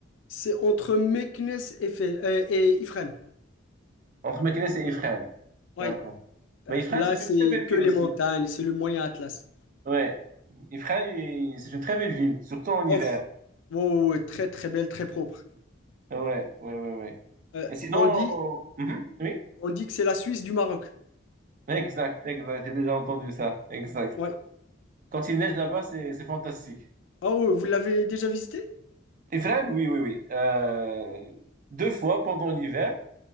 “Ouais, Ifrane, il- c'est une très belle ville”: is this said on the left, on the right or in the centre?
Right